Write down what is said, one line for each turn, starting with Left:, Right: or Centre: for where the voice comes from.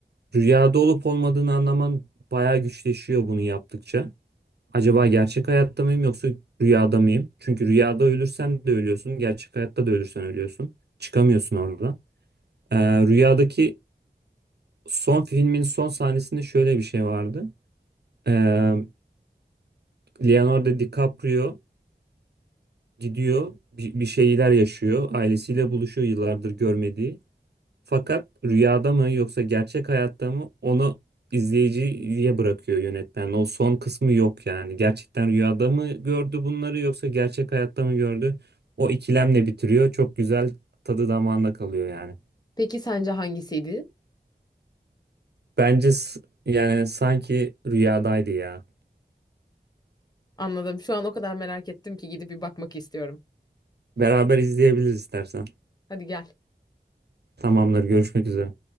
Right: Rüyada olup olmadığını anlaman bayağı güçleşiyor bunu yaptıkça. Acaba gerçek hayatta mıyım yoksa rüyada mıyım? Çünkü rüyada ölürsen de ölüyorsun, gerçek hayatta da ölürsen ölüyorsun. Çıkamıyorsun orada. Ee, rüyadaki son filmin son sahnesinde şöyle bir şey vardı. Ee, Leonardo DiCaprio gidiyor, bir, bir şeyler yaşıyor, ailesiyle buluşuyor yıllardır görmediği. Fakat rüyada mı yoksa gerçek hayatta mı onu izleyiciye bırakıyor yönetmen. O son kısmı yok yani. Gerçekten rüyada mı gördü bunları yoksa gerçek hayatta mı gördü? O ikilemle bitiriyor. Çok güzel tadı damağında kalıyor yani.
Left: Peki sence hangisiydi?
Right: Bence s- yani sanki rüyadaydı ya.
Left: Anladım. Şu an o kadar merak ettim ki gidip bir bakmak istiyorum.
Right: Beraber izleyebiliriz istersen.
Left: Hadi gel.
Right: Tamamdır, görüşmek üzere.